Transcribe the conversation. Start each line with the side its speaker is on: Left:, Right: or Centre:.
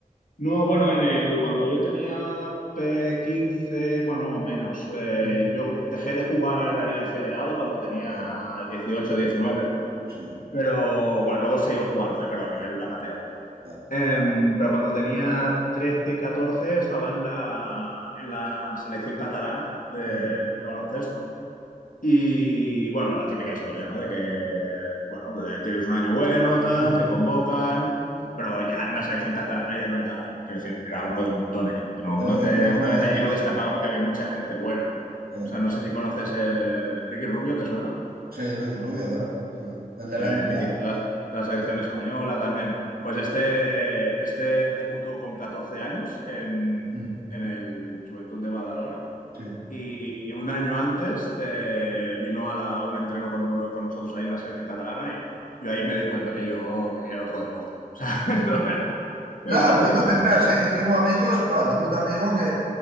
Left: No, bueno, en el, cuando yo tenía eh, 15, bueno, no, menos, eh,
Right: Sí,
Left: yo dejé de jugar a nivel federado cuando tenía
Right: eh,
Left: 18, 19.
Right: sí,
Left: Pero bueno, luego seguí jugando, ¿eh? pero a
Right: sí,
Left: nivel amateur.
Right: claro.
Left: Em, pero cuando tenía 13 14 estaba en la, en la selección catalana de, de
Right: Sí.
Left: baloncesto. Y bueno, la típica historia, ¿no? De que, bueno, de- tienes un año bueno, tal,
Right: Mm.
Left: te convocan, pero ya en la selección catalana ya no era, quiero decir, era uno del montón allí. Que no,
Right: Eso
Left: no- eh,
Right: es, no,
Left: una
Right: no
Left: vez
Right: destacas.
Left: allí no destacaba
Right: no.
Left: porque había mucha gente buena.
Right: Eh,
Left: O sea, no sé si conoces eh, Ricky Rubio, ¿te suena?
Right: Sí, Ricky Rubio, claro. <laughs> El de la
Left: eh,
Right: NBA.
Left: mítico de la, de la selección española también. Pues este, este debutó con 14 años en,
Right: Mm,
Left: en el Juventud de Badalona
Right: Sí.
Left: y un año antes eh, vino a la- un entreno con, no- con nosotros ahí en la selección catalana y yo ahí me di cuenta que yo que era otro deporte. <laughs> O sea, <laughs> ese
Right: Nada, pero
Left: tío.
Right: no te creas, ¿eh? Yo tengo amigos, bueno, tengo un amigo que